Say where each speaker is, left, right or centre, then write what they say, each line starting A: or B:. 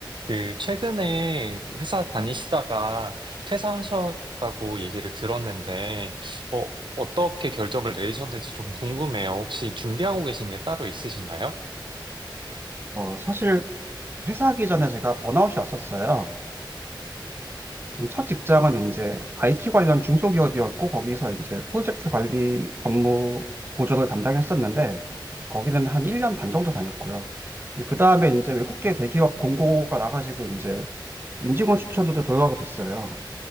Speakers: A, on the right (about 70°); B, on the right (about 25°).
A: 그, 최근에 회사 다니시다가 퇴사하셨다고 얘기를 들었는데, 어, 어떻게 결정을 내리셨는지 좀 궁금해요. 혹시 준비하고 계신 게 따로 있으신가요?
B: 어, 사실 회사 하기 전에 제가 번아웃이 왔었어요. 첫 직장은 이제 IT 관련 중소기업이었고 거기서 이제 프로젝트 관리 업무 보조를 담당했었는데 거기는 한 1년 반 정도 다녔고요. 그 다음에 이제 외국계 대기업 공고가 나가지고 이제 임직원 추천으로 들어가게 됐어요.